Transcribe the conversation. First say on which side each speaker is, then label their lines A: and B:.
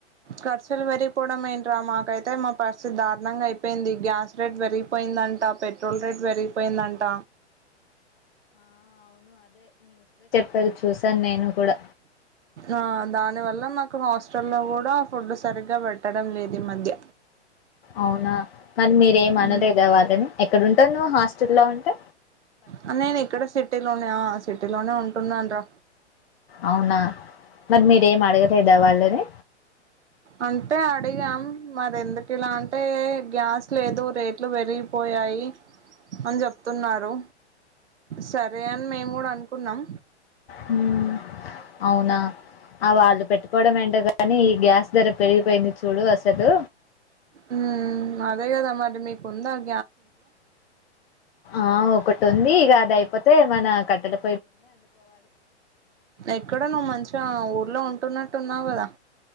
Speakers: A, on the right; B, on the left.
A: కరచల్ వరి పోడమేంటమా కయితే మా ప దారుణంగా అయిపోయింది గ్యాస్ రేట్ పెరిగిపోయిందంట పెట్రోల్ రేట్ పెరిగిపోయిందంట
B: అది చూసాను నేను కూడా
A: ఆ దాని వల్ల మాకు హాస్టల్లో కూడా ఫుడ్ సరిగ్గా పెట్టడం లేదు ఈ మధ్య
B: అవునా మరి మీరేం అనలేద
A: ఉమ్.
B: వాళ్ళని ఎక్కడుంటవు నువ్వు హాస్టల్ లో అంటే
A: ఆ నేను ఇక్కడ సిటీలోనే సిటీ లోనే ఉంటున్నాన్ టా
B: అవునా మరి మీరేం అడగలేదా వాళ్ళని
A: అంటే అడిగాం మరి ఎందుకు ఇలా అంటే, గ్యాస్ లేదు రేట్లు పెరిగిపోయాయి అని చెప్. తున్నారు. సరే అని మేము కూడా అనుకున్నాం.
B: హ్మ్ అవునా ఆ వాళ్ళు పెట్టుకోవడం ఏంటో గానీ ఈ గ్యాస్ ధర పెరిగిపోయింది చూడు అసలు
A: హుమ్ అదే కదా మరి మీకు ఉందాన్
B: ఆ ఒకటి ఉంది ఇగ ద్ ఇది అయిపోతే మన కట్టెలు
A: ఎక్కడ నువ్వు మంచిగా ఊర్లో ఉన్ టున్నట్టు ఉన్నావ్ కదా